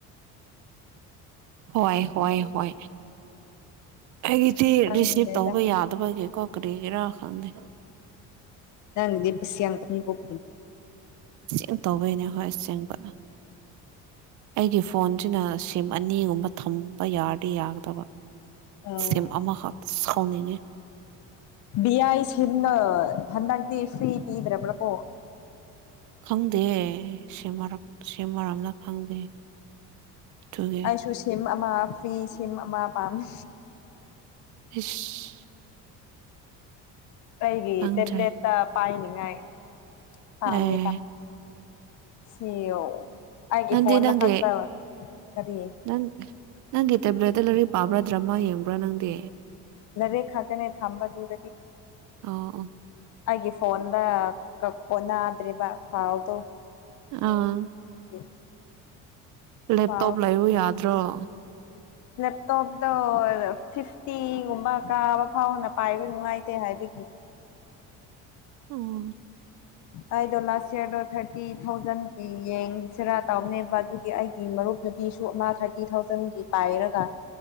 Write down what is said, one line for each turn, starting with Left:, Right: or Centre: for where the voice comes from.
Right: ꯍꯣꯏ ꯍꯣꯏ ꯍꯣꯏ ꯑꯩꯒꯤꯗꯤ
Left: ꯈꯪꯗꯦꯗ
Right: ꯔꯤꯁꯤꯞ ꯇꯧꯕ ꯌꯥꯒ ꯕꯒꯤ ꯀꯣꯀꯔꯤꯒꯤꯔꯥ ꯈꯥꯟꯦ
Left: ꯑꯟꯏꯟꯇꯦꯜꯂꯤꯖꯦꯕꯜ
Right: ꯦꯡ ꯇꯧꯕꯩꯅꯦ ꯍꯣꯏ ꯑꯁꯦꯡꯕ ꯑꯩꯒꯤ ꯐꯣꯟꯁꯤꯅ ꯁꯤꯝ ꯑꯅꯤꯒꯨꯝꯕ ꯊꯝꯕ ꯌꯥꯔꯗꯤ ꯌꯥꯒꯗꯕ
Left: ꯑꯧ
Right: ꯁꯤꯝ ꯑꯃ ꯍꯥ ꯁꯥꯎꯅꯤꯡꯉꯦ
Left: ꯕꯤꯌꯥꯏ ꯁꯤꯅ ꯍꯟꯗꯤ ꯐꯔꯤ ꯄꯤꯗ꯭ꯔꯦ ꯄꯨꯂꯄꯣ
Right: ꯈꯪꯗꯤꯌꯦ ꯁꯤꯃꯔ ꯁꯤ ꯃꯔꯝꯅ ꯈꯪꯗꯦ ꯑꯗꯨꯒꯤ
Left: ꯑꯩꯁꯨ ꯁꯤꯝ ꯑꯃ ꯐ꯭ꯔꯤ ꯁꯤꯝ ꯑꯃ ꯄꯥꯝꯃꯤ
Right: ꯍꯤꯁ
Left: ꯑꯩꯒꯤ
Right: ꯈꯪꯗ꯭ꯔꯦ
Left: ꯇꯦꯕ꯭ꯂꯦꯠꯇ ꯄꯥꯏꯅꯤꯉꯥꯏ ꯄꯥꯝꯃꯦꯕ
Right: ꯑꯩ
Left: ꯁꯤꯌꯣ ꯑꯩꯒꯤ
Right: ꯅꯪꯗꯤ
Left: ꯐꯣꯟꯅ
Right: ꯅꯪꯒꯤ
Left: ꯐꯠꯇꯔꯣ ꯀꯔꯤ
Right: ꯅꯪ ꯅꯪꯒꯤ ꯇꯦꯕ꯭ꯂꯦꯠꯇ ꯂꯥꯏꯔꯤꯛ ꯄꯥꯕ꯭ꯔꯥ ꯗ꯭ꯔꯃꯥ ꯌꯦꯡꯕ꯭ꯔꯥ ꯅꯪꯗꯤ
Left: ꯅꯔꯦ ꯈꯒꯅꯦ ꯊꯝꯕꯗꯨꯗꯗꯤ
Right: ꯑꯣ ꯑꯣ
Left: ꯑꯩꯒꯤ ꯐꯣꯟꯗ ꯀꯛꯄ ꯅꯥꯗ꯭ꯔꯤꯕ ꯐꯥꯎꯗꯣ
Right: ꯑꯥ
Left: ꯑꯣꯀꯦ
Right: ꯂꯦꯞꯇꯣꯞ
Left: ꯍꯥꯎ
Right: ꯂꯩꯌꯨ ꯌꯥꯗ꯭ꯔꯣ <inaudible>
Left: ꯂꯦꯞꯇꯣꯞꯇꯣ ꯐꯤꯐꯇꯤꯒꯨꯝꯕ ꯀꯥꯕ ꯐꯥꯎꯅ ꯄꯥꯏꯕ ꯅꯨꯡꯉꯥꯏꯇꯦ ꯍꯥꯏꯕꯒꯤ
Right: ꯎꯝ
Left: ꯑꯩꯗꯣ ꯂꯥꯁ ꯏꯌꯥꯔꯗꯣ ꯊꯥꯔꯇꯤ ꯊꯥꯎꯖꯟꯒꯤ ꯌꯦꯡꯁꯤꯔꯥ ꯇꯧꯅꯦꯕ ꯑꯗꯨꯒꯤ ꯑꯩ ꯃꯔꯨꯞ ꯅꯨꯄꯤꯁꯨ ꯑꯃ ꯊꯥꯔꯇꯤ ꯊꯥꯎꯖꯟꯒꯤ ꯄꯥꯏꯔꯒ